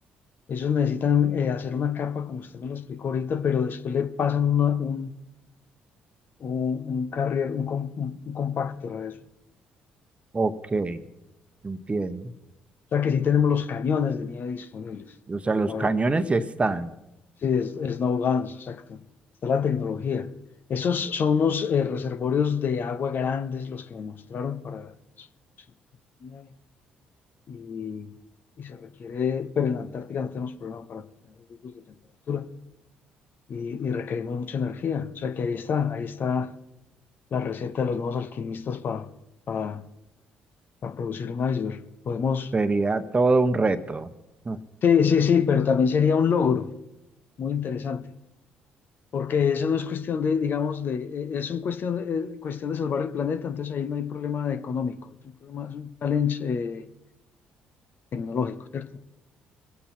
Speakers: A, on the left; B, on the right.
A: Ellos necesitan eh, hacer una capa, como usted me lo explicó ahorita, pero después le pasan una, un un, un carrier, un, com- un- un compactor de eso. O
B: ok, entiendo.
A: sea que sí tenemos los cañones de nieve disponibles.
B: O sea, los
A: A ver,
B: cañones sí están.
A: sí, es, snow guns, exacto. Está la tecnología. Esos son unos eh, reservorios de agua grandes los que me mostraron para eso, sí, nieve. Y, y se requiere, pero en la Antártica no tenemos problema para tener grupos de temperatura y, y requerimos mucha energía. O sea que ahí está, ahí está la receta de los nuevos alquimistas para, para, para producir un iceberg. Podemos
B: Sería todo un reto. Ah,
A: Sí, sí, sí, pero también sería un logro muy interesante, porque eso no es cuestión de, digamos, de, eh, es un cuestión de, eh, cuestión de salvar el planeta, entonces ahí no hay problema económico, es un problema, es un challenge eh, tecnológico, ¿cierto?